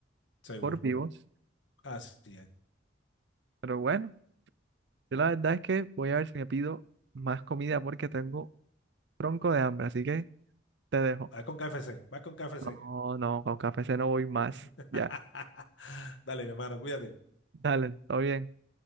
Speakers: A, on the left; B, on the right.
A: seguro.
B: por vivos,
A: Así es.
B: pero bueno. Yo la verdad es que voy a ver si me pido más comida porque tengo tronco de hambre, así que te dejo.
A: Va con KFC, va con KFC.
B: No,
A: que-
B: no, con café se no voy más.
A: <laughs>
B: Ya,
A: Dale, mi hermano, cuídate.
B: dale, todo bien.